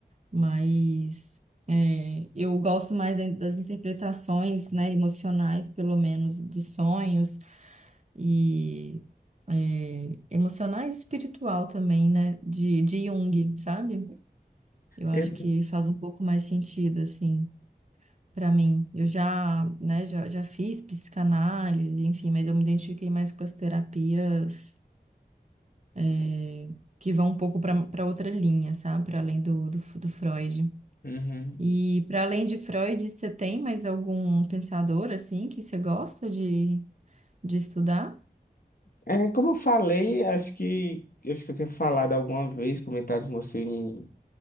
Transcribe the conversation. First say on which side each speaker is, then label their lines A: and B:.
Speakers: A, on the right (about 45°); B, on the left (about 60°).
A: mas é, eu gosto mais da- das interpretações, né, emocionais, pelo menos, dos sonhos e é, emocionais e espiritual também, né, de, de Jung, sabe? Eu acho
B: Eu-
A: que faz um pouco mais sentido, assim, para mim. Eu já, né, já, já fiz psicanálise, enfim, mas eu me identifiquei mais com as terapias é, que vão um pouco para para outra linha, sabe? Para além do, do, do Freud.
B: Uhum.
A: E para além de Freud, você tem mais algum pensador assim que você gosta de, de estudar?
B: É, como eu falei, acho que acho que eu tenho falado alguma vez, comentado com você em,